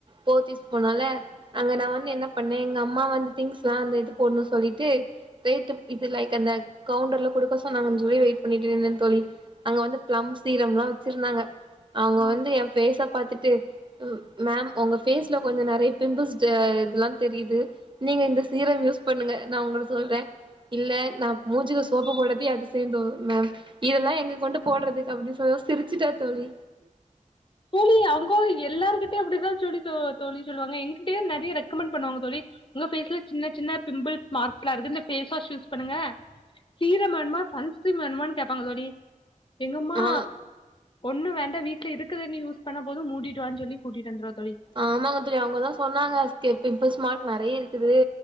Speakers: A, on the right (about 35°); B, on the left (about 40°).
A: போத்தீஸ் போனால அங்க நா வந்து என்ன பண்ணே எங்க அம்மா வந்து திங்ஸ் ல்லா அந்த இது போடணுனு சொல்லிட்டு போய்ட்டு இது லைக் அந்த கவுண்டர்ல குடுக்க சொன்னாங்கன்னு சொல்லி வெயிட் பண்ணிட்டு இருந்தே தோழி அங்க வந்து பிளம் சீரம் ல்லா வச்சிருந்தாங்க அவுங்க
B: ஆ
A: வந்து எ ஃபேஸ பாத்துட்டு ம் மேம் உங்க ஃபேஸ்ல கொஞ்சோ நெறைய பிம்பிள்ஸ் த இதெல்லா தெரியுது நீங்க இந்த சீரம் யூஸ் பண்ணுங்க நா உங்கள சொல்றே இல்ல நா மூஞ்சிக்கு சோப்ப போட தி அதிசயோ தோ மேம் இதெல்லா எங்க கொண்டு போடுறதுக்கு அப்டின்னு சொல்ல சிரிச்சுட்டா தோழி
B: தோழி அவுங்கோ எல்லாருகிட்டையு அப்டிதா சொல்லி தோ தோழி சொல்லுவாங்க எங்கிட்டயே நெறைய ரெக்கமெண்ட் பண்ணுவாங்க தோழி உங்க ஃபேஸ்ல சின்ன சின்ன பிம்பிள்ஸ் மார்க்ஸ் ல்லா இருக்கு இந்த ஃபேஸ் வாஷ் யூஸ் பண்ணுங்க சீரம் வேணுமா சன்ஸ்க்கிரீம் வேணுமான்னு கேப்பாங்க தோழி எங்கம்மா
A: ஆ
B: ஒண்ணு வேண்டா வீட்ல இருக் குறத யூஸ் பண்ணா போது மூடிட்டுவான்னு சொல்லி கூட்டிட்டு வந்துருவா தோழி
A: ஆமாங்க தோழி அவுங்கதா சொன்னாங்க ஸ்கே பிம்பிள்ஸ் மார்க் நெறைய இருக்குது